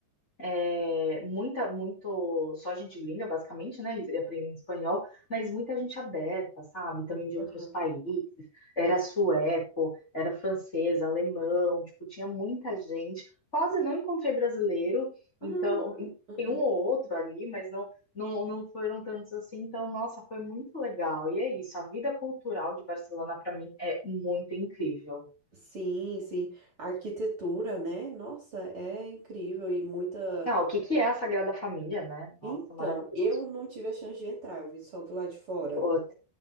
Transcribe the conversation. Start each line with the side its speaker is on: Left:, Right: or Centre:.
Left: é, muita, muito, só gente gringa, basicamente, né? e Aprendendo espanhol, mas muita gente aberta, sabe? Também de outros
Right: Aham.
Left: países. Era sueco, era francês, alemão, tipo, tinha muita gente. Quase não encontrei brasileiro,
Right: Ah,
Left: então,
Right: aham.
Left: tem um ou outro ali, mas não, não, não foram tantos assim. Então, nossa, foi muito legal. E é isso, a vida cultural de Barcelona, para mim, é muito incrível.
Right: Sim, sim. A arquitetura, né? Nossa, é incrível e muita.
Left: Ah, o que que é a Sagrada Família, né?
Right: Então,
Left: Nossa, maravilhoso.
Right: eu não tive a chance de entrar, eu vi só do lado de fora.
Left: Pô,